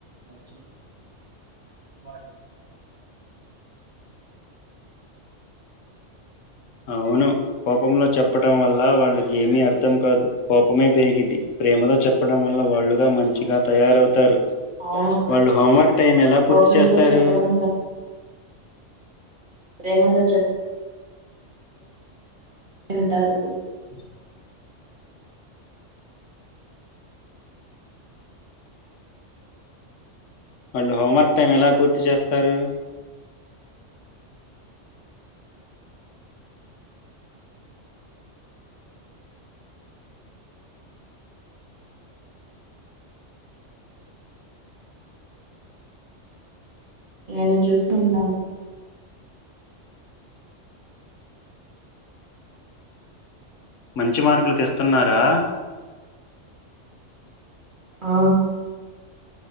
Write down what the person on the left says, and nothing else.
అవును కోపంలో చెప్పటం వల్ల వాళ్ళకి ఏమీ అర్థం కాదు కోపమే పెరిగింది ప్రేమతో చెప్పడం వల్ల వాళ్ళుగా మంచిగా తయారవుతారు
వాళ్ళు హోంవర్క్ టైం ఎలా
పూర్తి చేస్తారు
అ వాళ్ళు హోంవర్క్ టైం ఎలా పూర్తి చేస్తారు
మంచి మార్కులు తెస్తున్నారా